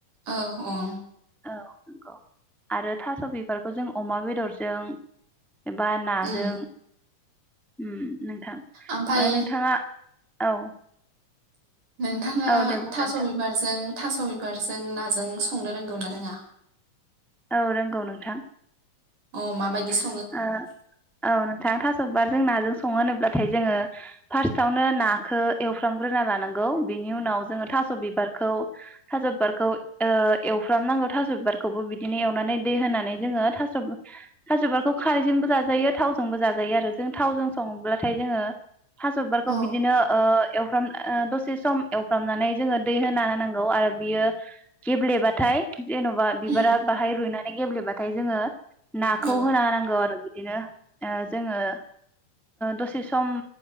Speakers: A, on the right; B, in the centre.
A: औ औ
B: औ नंगौ आरो थास' बि बारखौ जों अमा बेदरजों एबा नाजों
A: उम
B: उम नोंथां,
A: ओमफाय
B: ओ नोंथाङा औ
A: नोंथाङा
B: औ दे बुंदो
A: थास'
B: नोंथां
A: बिबारजों थास' बिबारजों नाजों संनो रोंगौ ना रोङा?
B: औ रोंगौ नोंथां।
A: औ माबायदि स
B: ओ, औ नो थां थास' बिबार जों नाजों सङो होनोब्लाथाय जोङो फार्स्टआवनो नाखौ एवफ्रामग्रोना लानांगौ। बेनि उनाव जोङो थास' बिबार खौ थास' बिबारखौ ओ एवफ्रामनांगौ थास'बारखौबो बिदिनो एवनानै दै होनानै जोङो थास' थास' बिबार खौ खारैजोंबो जाजायो थावजोंबो जाजायो आरो जों थावजों सङोब्लाथाय जोङो थास' बिबारखौ
A: औ
B: बिदिनो ओ एवफ्राम ओ दसे सम एवफ्रामनानै जोङो दै होना होनांगौ आरो बियो गेब्लेबाथाय जेन'बा बिबारा
A: उम
B: बाहाय रुनाय गेब्लेबाथाय जोङो नाखौ
A: औ
B: होना होनां औ आरो बिदिनो ओ जोङो दसे सम